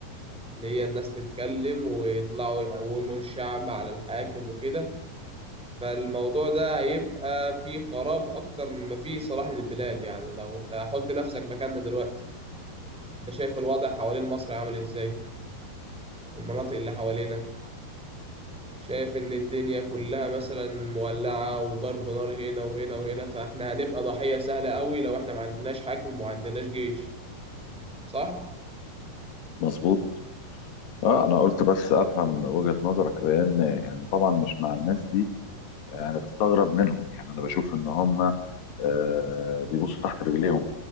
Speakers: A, in the centre; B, on the left.
A: اللي هي الناس تتكلم ويطلعوا يقوموا الشعب على الحاكم وكده فالموضوع ده هيبقى فيه خراب اكتر مما فيه صلاح للبلاد يعني لو انت حط نفسك مكاننا دلوقتي انت شايف الوضع حوالين مصر عامل ازاي المناطق اللي حوالينا شايف ان الدنيا كلها مثلا مولعة وضرب نار هنا وهنا وهنا فاحنا هنبقى ضحية سهلة قوي لو احنا ما عندناش حاكم وما عندناش جيش صح
B: مظبوط اه انا قلت بس افهم وجهة نظرك لان يعني طبعا مش مع الناس دي انا بستغرب منهم يعني انا بشوف ان هم آه، بيبصوا تحت رجليهم